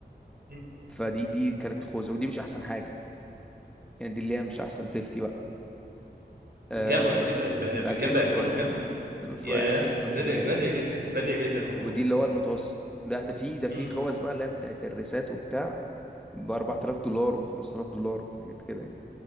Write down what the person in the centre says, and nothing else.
فدي دي كانت الخوذة ودي مش أحسن حاجة يعني دي اللي هي مش أحسن سيفتي بقى أه
ب
2000
وشوية
2000 وشوية
2300
تقريبا
ودي اللي هو المتوسط لا ده في ده في
خوذ بقى اللي هي بتاعت الريسات وبتاع ب 4000 دولار و5000 دولار حاجات كده يعني